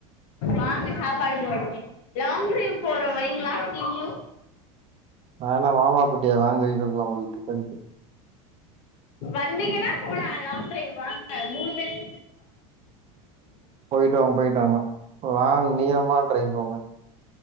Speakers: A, on the left (about 70°); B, on the right (about 35°).
A: வாங்க சாப்பாடு போட்ற லாங் டிரைவ் போறோம் வைங்ளா நீங்களு
B: நானா மாமா குட்டியா <unintelligible>
A: வந்தீங்கன்னா போலா லாங் ட்ரைவ் வாங்க மூணு பேருக்கு
B: போயிட்டு வாங்க போயிட்டாங்க லாங் நீளமா ட்ரைவ் போங்க